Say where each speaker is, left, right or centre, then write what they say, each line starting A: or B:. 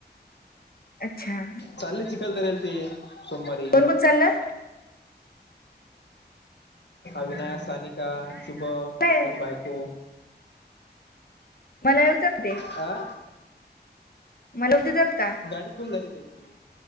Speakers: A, on the left (about 55°); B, on the left (about 80°).
A: अच्छा
B: चालेल चिकल करयला ते. सोमवारी
A: कोण कोण चाललं
B: अविनाश सानिका शुभम
A: मला
B: त्याची बायको.
A: मला येऊ जगते.
B: हा
A: मला उदा जतात का?
B: गाडी फुल झाली त्याची